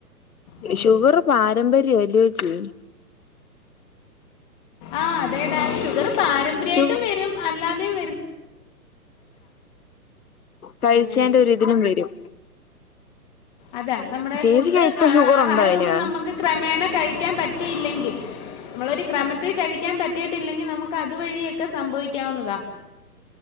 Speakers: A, on the left; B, on the left.
A: അങ്ങനെ
B: ഷുഗർ പാരമ്പര്യാല്ല്യോച്ചി
A: ആഹ് അതെടാ ഷുഗർ പാരമ്പര്യയിട്ടും
B: ഷുഗ
A: വരും അല്ലാതെയും വരും.
B: കഴിച്ചേന്റെ
A: അങ്ങനെ
B: ഒരിതിനും വരും.
A: അത നമ്മുടെ
B: ചേച്ചിക്ക്
A: ഫുഡ്
B: ഇപ്പൊ ഷുഗർ
A: ആഹാരം
B: ഉണ്ടോ അയിന്
A: ഒന്നും നമുക്ക് ക്രമേണ കഴിക്കാൻ പറ്റിയില്ലെങ്കി നമ്മളൊരു ക്രമത്തി കഴിക്കാൻ പറ്റിയിട്ടില്ലെങ്കിൽ നമുക്ക് അതുവഴിയൊക്കെ സംഭവിക്കാവുന്നതാ